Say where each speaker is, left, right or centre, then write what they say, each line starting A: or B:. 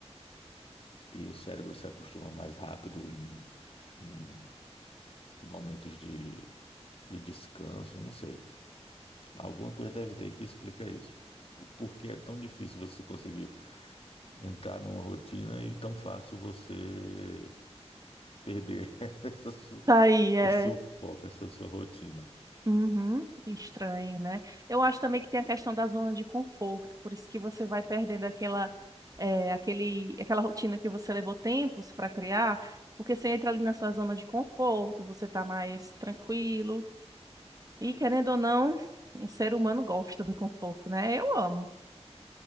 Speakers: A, on the left; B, on the right.
A: e o cérebro se acostuma mais rápido em, em, em momentos de de descanso, não sei. Alguma coisa deve ter que explicar isso. O porquê é tão difícil você conseguir entrar numa rotina e tão fácil você perder <laughs> essa su-
B: Tá aí, é.
A: esse seu foco, essa sua rotina.
B: Uhum, estranho, né? Eu acho também que tem a questão da zona de conforto, por isso que você vai perdendo aquela, eh, aquele, aquela rotina que você levou tempos para criar, porque você entra ali na sua zona de conforto, você tá mais tranquilo, e querendo ou não, o ser humano gosta do conforto, né? Eu amo.